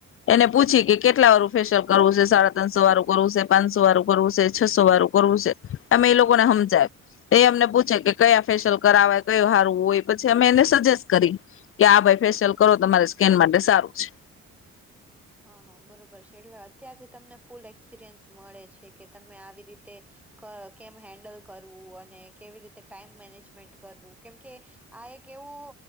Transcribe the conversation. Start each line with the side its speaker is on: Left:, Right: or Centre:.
Left: એને પૂછી કે. કેટલા વારું ફેશિયલ કરવું છે સાડા ત્રનસો વારું કરવું છે પાંચસો વાળું કરવું છે છસો વાળું કરવું છે અમે એ લોકોને સમજાય એ અમને પૂછે કે કયા ફેશિયલ કરાવવાે કયું સારું હોય પછી અમે એને સજેસ્ટ કરી કે આ ભાઈ ફેશિયલ કરવો તમારી સ્કીન માટે સારું છે.
Centre: હા હા બરોબર છે એટલે અત્યારથી તમને ફૂલ એક્સપિરિયન્સ મળે છે. કે તમે આવી રીતે. કેમ હેન્ડલ કરવું અને કેવી રીતે ટાઈમ મેનેજમેન્ટ કરવું કેમકે આ એક એવો